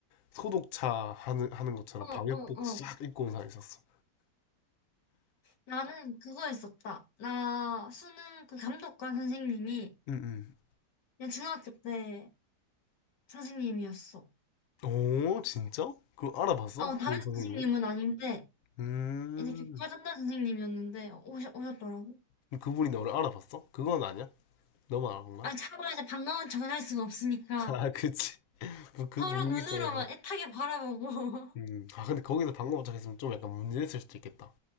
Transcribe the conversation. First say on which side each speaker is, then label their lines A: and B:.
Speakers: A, on the left (about 65°); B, on the left (about 85°).
A: 소독차 하는, 하는 것처럼
B: 어,
A: 방역복
B: 어, 어.
A: 싹 입고 온 사람 있었어.
B: 나는 그거 있었다. 나 수능 그 감독관 선생님이
A: 응,
B: 그냥 중학교 때 선생님이었어.
A: 응. 오, 진짜? 그걸 알아봤어?
B: 어, 담임
A: 그 선생님이?
B: 선생님은 아닌데,
A: 음.
B: 이제 교과 전담 선생님이었는데, 오셨, 오셨더라고.
A: 그 그분이 너를 알아봤어? 그건 아니야? 너만 알아본 거야?
B: 아니, 차마 이제 반가운 척은 할 수가 없으니까.
A: <laughs> 아, 그치. 그, 그
B: 서로
A: 분위기
B: 눈으로만
A: 속에서.
B: 애타게 바라보고
A: 음.
B: <laughs>
A: 아, 근데 거기서 방금 도착했으면 좀 약간 문제 됐을 수도 있겠다.